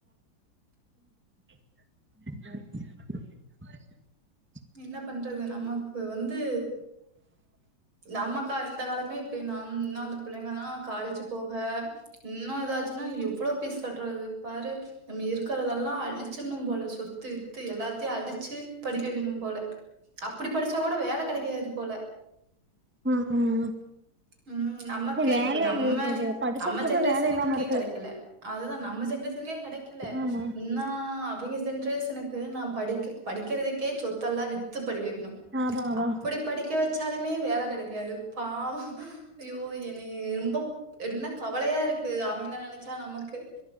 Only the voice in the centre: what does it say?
<inaudible>
ம் ம்
வேல
இது படிச்சவங்களுக்கு
வேல இல்லாம இருக்கு
ஆமா
அதா அதா